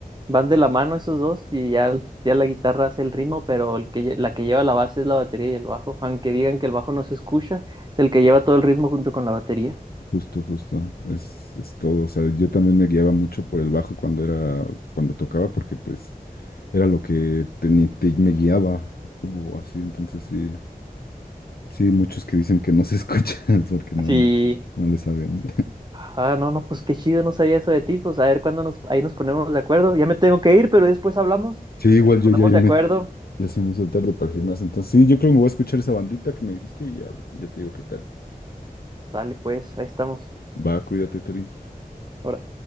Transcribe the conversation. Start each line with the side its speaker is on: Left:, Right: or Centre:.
Right: van de la mano esos dos y ya, ya la guitarra hace el ritmo, pero el que, lle- la que lleva la base es la batería y el bajo. Aunque digan que el bajo no se escucha, es el que lleva todo el ritmo junto con la batería.
Left: Justo, justo, es, es todo. O sea, yo también me guiaba mucho por el bajo cuando era, cuando tocaba, porque pues era lo que teni- te- me guiaba o así. Entonces sí, sí, muchos que dicen que no se escuchan <laughs> porque no,
Right: Sí,
Left: no, no le saben.
Right: Ah, no, no, pues qué chido, no sabía eso de ti. Pues a ver cuándo nos, ahí nos ponemos de acuerdo. Ya me tengo que ir, pero después hablamos.
Left: Sí, igual
Right: Nos
Left: yo
Right: ponemos
Left: ya, ya
Right: de
Left: me,
Right: acuerdo.
Left: ya se me hizo tarde para el gimnasio. Entonces sí, yo creo que me voy a escuchar esa bandita que me dijiste y ya, ya te digo qué tal.
Right: Sale, pues, ahí estamos.
Left: Va, cuídate, Torín.
Right: Ahora.